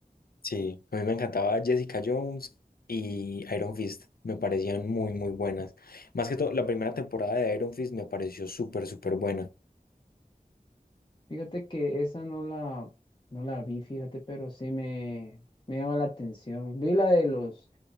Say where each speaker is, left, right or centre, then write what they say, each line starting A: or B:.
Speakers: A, on the left; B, on the left.
A: Sí, a mí me encantaba Jessica Jones y Iron Fist, me parecían muy, muy buenas. Más que todo, la primera temporada de Iron Fist me pareció súper, súper buena.
B: Fíjate que esa no la, no la vi, fíjate, pero sí me, me llama la atención. Vi la de los